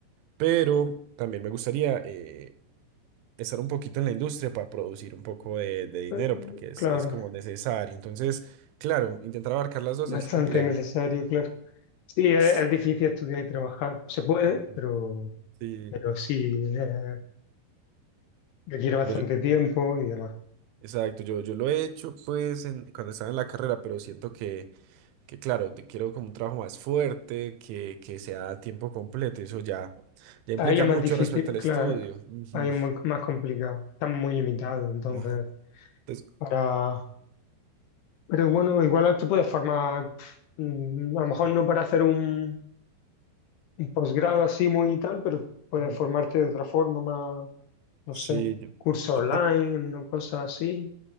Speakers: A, on the right; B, on the left.
A: pero también me gustaría eh, estar un poquito en la industria para producir un poco de, de dinero,
B: Eh,
A: porque es,
B: Claro.
A: es como necesario. Entonces, claro, intentar abarcar las dos
B: Bastante
A: es complejo.
B: necesario, claro. Sí,
A: <laughs>
B: es, es difícil estudiar y trabajar. Se puede,
A: Ujú.
B: pero,
A: Sí,
B: pero sí, eh, requiere bastante
A: claro yo,
B: tiempo y demás.
A: exacto, yo, yo lo he hecho pues en, cuando estaba en la carrera, pero siento que, que claro, te quiero como un trabajo más fuerte, que, que sea a tiempo completo, y eso ya, ya implica
B: Ahí es más
A: mucho
B: difícil,
A: respecto al
B: claro.
A: estudio. Ujú.
B: Ahí es muy- más complicado. están muy limitados, entonces,
A: Ajá. Entonces,
B: para... Pero bueno, igual te puedes formar, pf, mm, a lo mejor no para hacer un, un posgrado así muy y tal, pero puedes
A: ujú.
B: formarte de otra forma, más, no
A: sí,
B: sé,
A: yo,
B: curso
A: yo
B: online,
A: te-
B: una cosa así.